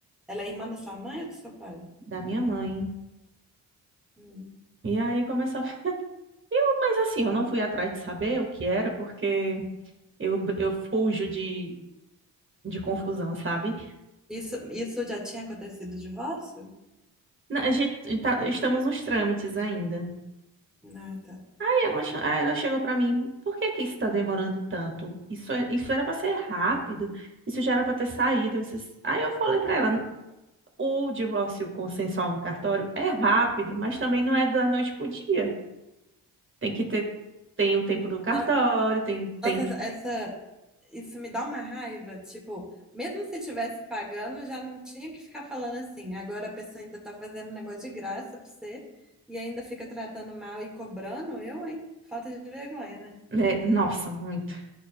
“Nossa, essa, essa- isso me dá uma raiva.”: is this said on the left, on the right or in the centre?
Centre